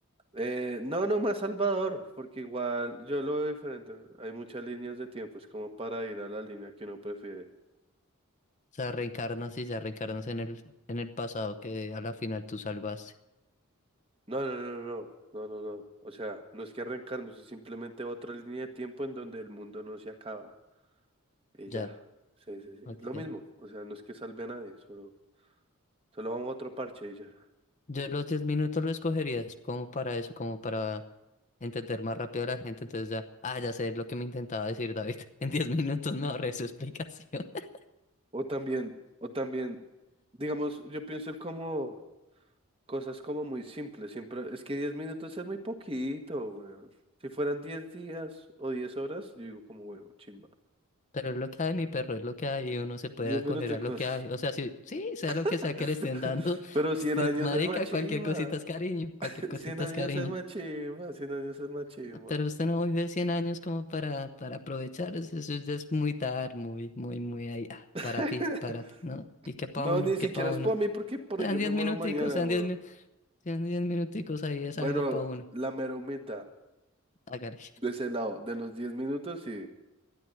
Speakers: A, on the right; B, on the left.
A: Eh, no, no más Salvador, porque igual yo lo veo diferente. Hay muchas líneas de tiempo, es como para ir a la línea que uno prefiere.
B: O sea, reencarnas y ya reencarnas en el, en el pasado que a la final tú salvaste.
A: No, no, no, no, no, no, no. O sea, no es que arrancarnos, es simplemente otra línea de tiempo en donde el mundo no se acaba. Y
B: Ya,
A: ya, sí, sí, sí.
B: ok.
A: Lo mismo, o sea, no es que salve a nadie, solo, solo vamos a otro parche y ya.
B: Yo los 10 minutos lo escogerías como para eso, como para entender más rápido a la gente. Entonces ya, ah, ya sé lo que me intentaba decir David. <laughs> En 10 minutos me ahorré su explicación. <laughs>
A: O también, o también, digamos, yo pienso en como cosas como muy simples, siempre, es que 10 minutos es muy poquito, weón. Si fueran 10 días o 10 horas, yo digo como, bueno, chimba.
B: Pero es lo que hay, mi perro, es lo que hay y uno se puede
A: diez
B: acoger
A: minuticos.
B: a lo que hay. O sea, sí, sí, sea lo
A: <laughs>
B: que sea que le estén dando,
A: Pero
B: <laughs>
A: 100
B: usted,
A: años
B: marica,
A: es más chimba.
B: cualquier cosita es cariño, cualquier
A: <laughs>
B: cosita
A: cien años
B: es cariño.
A: es más chimba, cien años es más chimba.
B: No, Pero usted no vive 100 años como para, para aprovechar, eso, eso ya es muy dar, muy, muy, muy ahí, ah,
A: <laughs>
B: para ti, para ti, ¿no? Y qué pa'
A: No,
B: uno,
A: ni
B: qué
A: siquiera
B: pa'
A: es
B: uno.
A: por mí, porque por
B: Sean
A: ello
B: 10
A: me muero
B: minuticos,
A: mañana,
B: sean
A: weón.
B: 10 minutos. Tienen 10 minuticos ahí, es
A: Bueno,
B: algo para uno.
A: la mera humildad
B: Hágale.
A: de ese lado, de los 10 minutos, sí.